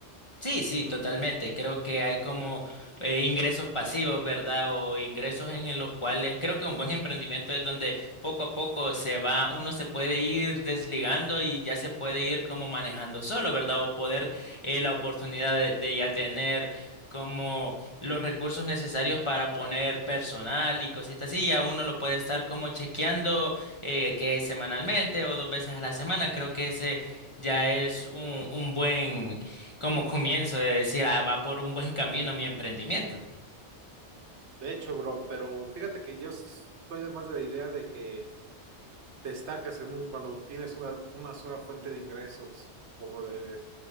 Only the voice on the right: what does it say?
Mm.
De hecho, bro, pero fíjate que yo estoy más de la idea de que te estancas en un, cuando tienes una, una sola fuente de ingresos, como de,